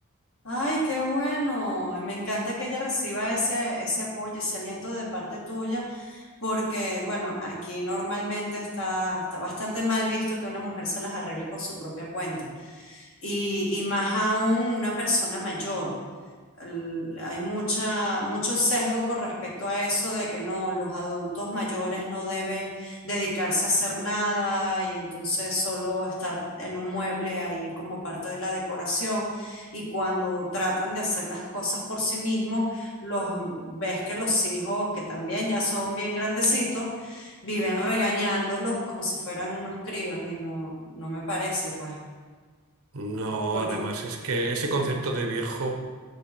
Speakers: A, on the left; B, on the right.
A: Ay, qué bueno. Y Me encanta que ella reciba ese, ese apoyo, ese aliento de parte tuya, porque, bueno, aquí normalmente está, está bastante mal visto que una mujer se las arregle por su propia cuenta. Y, y más aún una persona mayor. el- hay mucha, mucho sesgo con respecto a eso de que no, los adultos mayores no deben dedicarse a hacer nada y entonces solo estar en un mueble ahí como parte de la decoración. Y cuando tratan de hacer las cosas por sí mismos, los ves que los hijos, que también ya son bien grandecitos, viven regañándolos como si fueran unos críos y no, no me parece, pues,
B: No,
A: porque
B: además es que ese concepto de viejo...